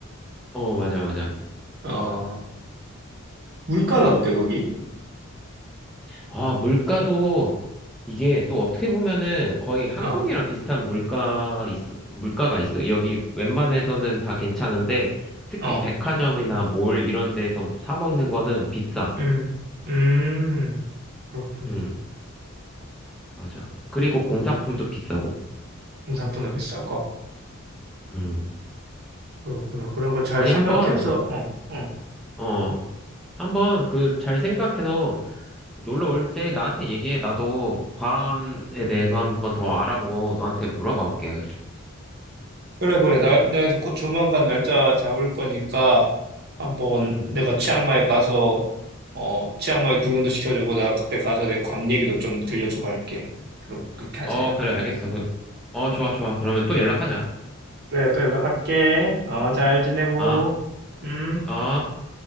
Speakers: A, in the centre; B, on the right.
A: 어, 맞아, 맞아.
B: 어, 물가는 어때, 거기?
A: 아, 물가도 이게 또 어떻게 보면은 거의 한국이랑
B: 어.
A: 비슷한 물가 있, 물가가 있어. 여기 웬만해서는 다 괜찮은데 특히
B: 어.
A: 백화점이나 몰 이런 데서 사 먹는 거는 비싸.
B: 음, 음, 그렇구나.
A: 응, 맞아. 그리고 공산품도 비싸고.
B: 홍삼보다 비싸고.
A: 음.
B: 그렇구나. 그런 걸 잘
A: 아니,
B: 생각해서,
A: 한번,
B: 어, 어.
A: 어, 한번 그 잘 생각해서 놀러 올 때 나한테 얘기해. 나도 괌에 대해서 한번 더 알아보고 너한테 물어봐 볼게.
B: 그래, 그래. 날, 내가 곧 조만간 날짜 잡을 거니까 한번
A: 음.
B: 내가 치앙마이 가서, 어, 치앙마이 구경도 시켜주고, 나 그때 가서 내 괌 얘기도 좀 들려주고 할게. 그렇- 그렇게 하자,
A: 어,
B: 야,
A: 그래, 알겠어.
B: 우리.
A: 그- 어, 좋아, 좋아. 그러면 또 연락하자.
B: 그래, 또 연락할게. 어, 잘 지내고.
A: 어,
B: 음.
A: 어.